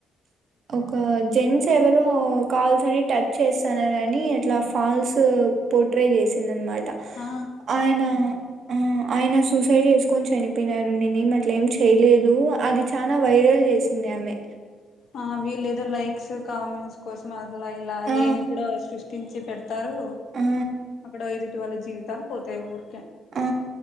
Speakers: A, on the right; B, on the left.
A: ఒక జెస్స్ తెవరో కాల్సిని టచ్ చేస్తానని అట్లా ఫాల్స్ పోట్రే చేసిందినమాట
B: ఆ
A: ఆయన ఆ ఆయన సూసై సై చేసుకొని చనిపోయినారు నేను ఏం అట్లేం చేయలేదు అది చానా వైరల్
B: ఆ
A: చేసింది ఆమె
B: ఆ వీళ్ళేదో లైక్స్ కామెంట్స్ కోసం అ ఇలా ఇలా అ
A: ఆ
B: లేేని కూడా సృష్టిన్ చిప్పట్ తారు
A: ఆ
B: అక్కడ ఎదుటి వాళ్ళ జీవి తాల్ పోతాయి ఊరు
A: ఆ